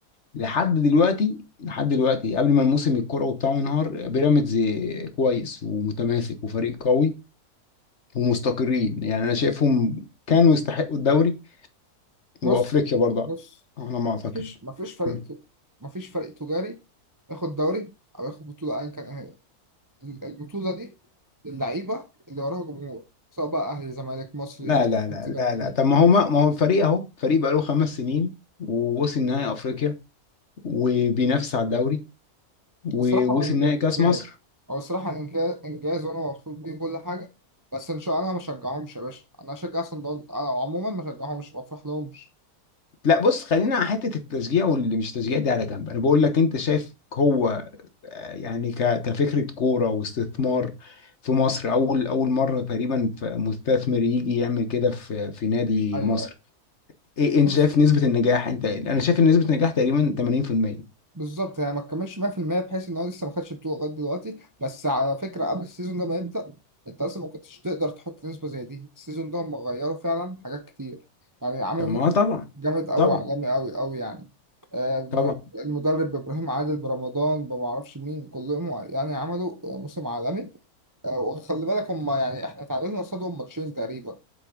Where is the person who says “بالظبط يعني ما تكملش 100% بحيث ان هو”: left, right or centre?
Right